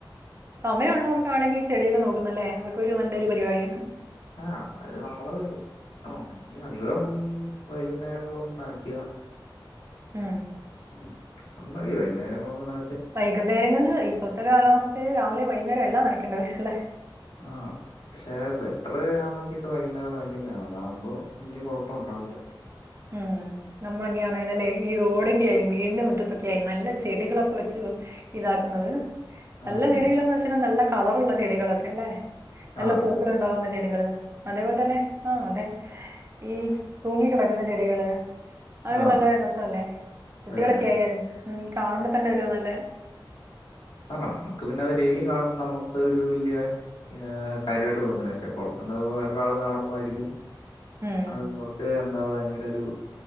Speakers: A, on the right; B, on the left.
A: സമയമുള്ളവർക്കാണെങ്കിൽ ഈ ചെടിയൊക്കെ നോക്കുന്നല്ല അതൊക്കെ ഒരു നല്ലൊരു പരിപാടിയാണ്.
B: ആ അത് നമ്മള് അ പിന്നെ അധികം വൈകുന്നേരങ്ങളൊന്നും നനക്കുക.
A: ഉം
B: ഉം അത് മതി വൈകുന്നരങ്ങളിലൊന്ന് ന
A: വൈകുന്നേരങ്ങളില് ഇപ്പത്തെ കാലാവസ്ഥേല് രാവിലെ വൈന്നേരം എല്ലാം നനയ്ക്കേണ്ടേ വരുംല്ലേ?
B: ആ പക്ഷെ ബെറ്റർ ഞാൻ നോക്കിട്ട് വൈകുന്നേരം നനക്കുന്നാണ് അതാകുമ്പോ വലിയ കുഴപ്പൊണ്ട ഓകെ
A: ഉം നമ്മളൊക്കെയാണേലും അല്ലെ? ഈ റോഡിന്റെറെ ആയാലും വീടിന്റെ മുറ്റത്തൊക്കെ ആയാലും നല്ല ചെടികളൊക്കെ വെച്ച് ഇതാക്കുന്നത് നല്ല
B: അതെ അതെ
A: ചെടികളന്ന് വെച്ചൽ നല്ല കളറുള്ളള്ള ചെടികളൊക്കെ അല്ലെ നല്ല
B: ആ അതെ
A: പൂക്കള്
B: അതെ
A: ഉണ്ടാവുന്ന ചെടികള്. അതേപോലെ തന്നെ ആ അതെ ഈ തൂങ്ങി കിടക്കുന്ന ചെടികള് അതൊക്കെ
B: ആ
A: നല്ല രസവല്ലേ കുട്ടികളൊക്കെ
B: അതെ അതെ അതെ
A: ആയാലും കാണുമ്പോ തന്നെ ഒരു നല്ല <inaudible>
B: കാരണം നമുക്ക് പിന്നെ അത് ഡെയിലി കാണുമ്പോ നമുക്കൊരു വലിയ കാര്യമായിട്ട് തോന്നുന്നില്ല പക്ഷെ പുറത്തുന്ന് അത് വേറൊരാൾ കാണുമ്പോ ആയിരിക്കും
A: ഉം
B: അവര് നോക്കിയ <unintelligible> അപ്പോ ഭയങ്കര ഒരു